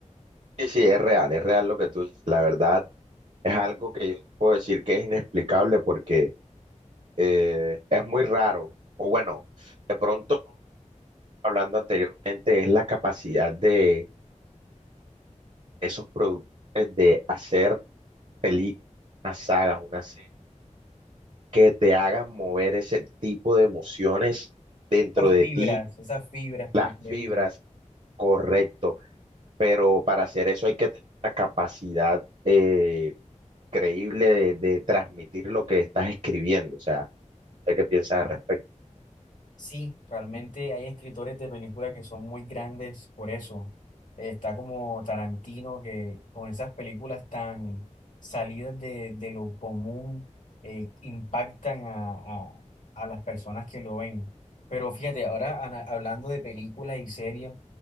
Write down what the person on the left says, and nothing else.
Esas
fibras,
esas fibras, como
me
dicen.
Sí, realmente hay escritores de películas que son muy grandes por eso. Está como Tarantino, que con esas películas tan salidas de, de lo común, eh, impactan a, a- a las personas que lo ven. Pero fíjate, ahora ana- hablando de películas y series,